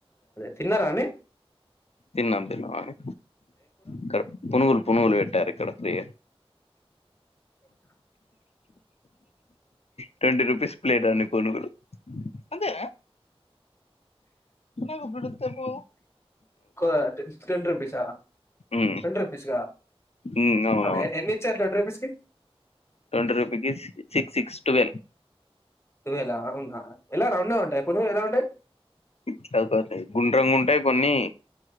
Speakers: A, on the left; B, on the left.
A: తిన్నారాండి
B: తిన్నం తిన్నం అనే ఇక్కడ పునుగులు పునుగుల్ కట్టారు ఇక్కడ ఫ్రీగ ట్వంటీ రూపీస్ ప్లేట్ అన్ని పునుగులు అంతేన నా డబ్బులు ఇత్తే పో
A: క టెన్ రుపీసా
B: ఉమ్
A: టెన్ రుపీసాక
B: ఉమ్ అవునవును
A: అవునా ఎన్ని ఇచ్చారు ట్వంటీ రూపీస్ కి
B: ట్వంటీ రుపీకి సిక్స్ సిక్స్ ట్వెల్
A: ట్వెలా ఆ ఆరునా ఎలా రౌండ్ గ ఉంటాయ పునుగులు ఎలా ఉంటాయి
B: చపాతి గుండ్రంగా ఉంటాయి కొన్ని